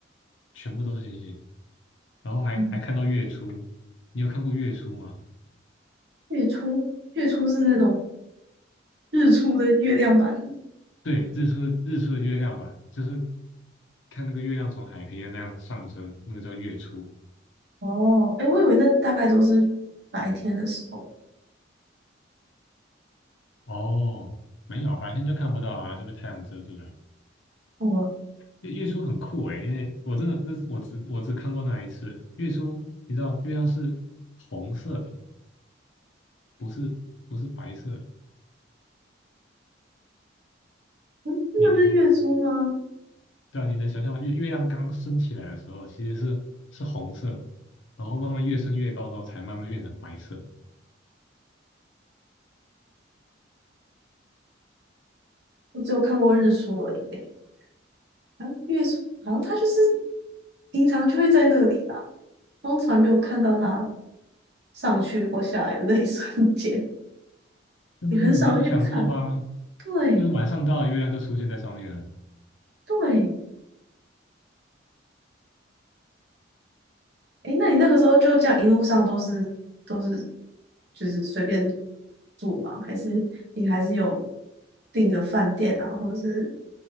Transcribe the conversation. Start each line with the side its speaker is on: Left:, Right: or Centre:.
Left: 全部都是星星。然后还还看到月初，
Right: 嗯，
Left: 你有看过月初吗？
Right: 月初，月初是那种日出的月亮版。
Left: 对，日出日出的月亮吧，就是看那个月亮从海平面那样上升，那个叫月出。
Right: 哦，哎，我以为那大概都是白天的时候。
Left: 哦，没有，白天就看不到啊，就被太阳遮住了。
Right: 哦，
Left: 月月出很酷诶，因为我真的那我只我只看过那一次月出，你知道月亮是红色的，不是不是白色的。
Right: 嗯，真的是月初吗？
Left: 你你能对啊，你能想象吗？月月亮刚升起来的时候，其实是是红色的，然后慢慢越升越高之后，才慢慢变成白色
Right: 我只有看过日出而已耶。好像月初，好像他就是平常就会在那里啦，然后从来没有看到他上去或下来的那一 <laughs> 瞬间，
Left: 对不对？
Right: 也很少会去看。
Left: 没有想过吗？
Right: 对
Left: 就是晚上到了，月亮就出现在上面了。
Right: 对，诶，那你那个时候就这样一路上都是都是就是随便住吗？还是你还是有订的饭店啊，或者是